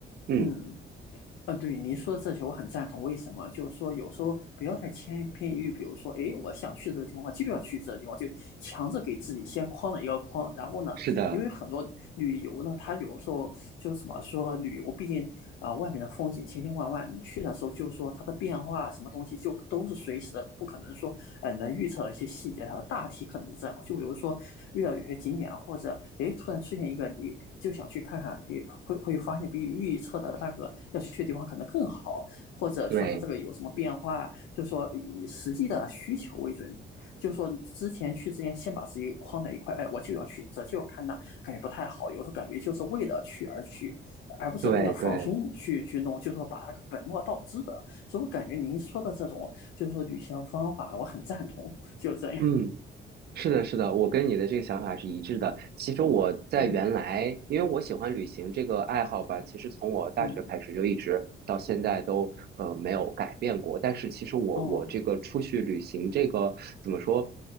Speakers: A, on the right; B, on the left.
A: 嗯，
B: 嗯。嗯，对，您说的这些我很赞同。为什么？就是说，有时候不要太千篇一律。比如说，诶，我想去这个地方，就要去这个地方，就强制给自己先框了一个框。然后呢，
A: 是的，
B: 因为很多旅游呢，它有时候就怎么说，旅游毕竟啊、外面的风景千千万万，你去的时候就说它的变化什么东西就都是随时的，不可能说呃能预测一些细节，它的大体可能是这样。就比如说遇到有些景点或者哎突然出现一个你就想去看看，你会会发现比预测的那个要去的地方可能更好，或者说它这个有什么变化，
A: 对
B: 就是说以实际的需求为准。就是说之前去之前，先把自己框在一块，哎，我就要去这，就要看那，感觉不太好。有时候感觉就是为了去而去，而不是为了放松去去弄，
A: 对对，
B: 就是说把那个本末倒置的所以我感觉您说的这种就是说旅行的方法，我很赞同，就这样。
A: 嗯，是的，是的，我跟你的这个想法是一致的。其实我在原来，
B: 嗯
A: 因为我喜欢旅行这个爱好吧，其实从我大学开始就一直到现在都呃没有改变过。
B: 嗯
A: 但是其实我我这个出去旅行这个怎么说，
B: 哦